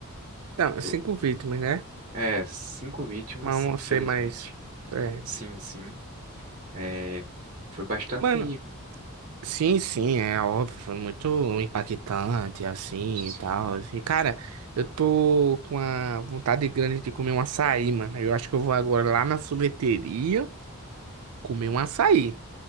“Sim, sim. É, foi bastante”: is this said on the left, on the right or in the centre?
Right